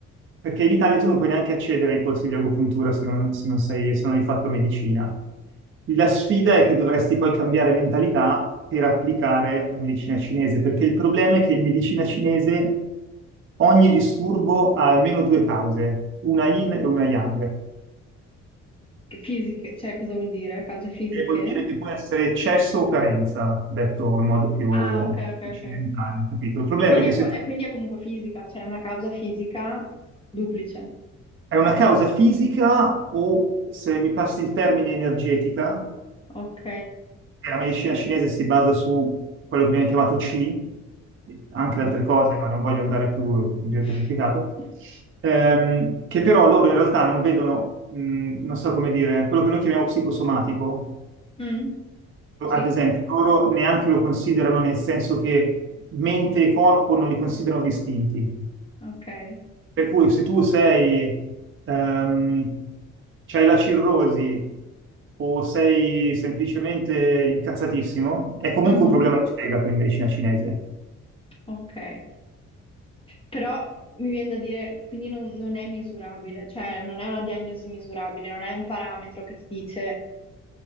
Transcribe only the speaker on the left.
Che fisiche, cioè cosa vuol dire? Cause fisiche?
Ah, ok, ok,
ok.
Quindi
è,
co- è-
quindi è comunque fisica, cioè è una causa fisica duplice.
Ok.
Mm.
<laughs>
Mm, Sì,
ok.
Mhm,
Ok. Però mi viene da dire, quindi non, non è misurabile, cioè non è una diagnosi misurabile, non è un parametro che ti dice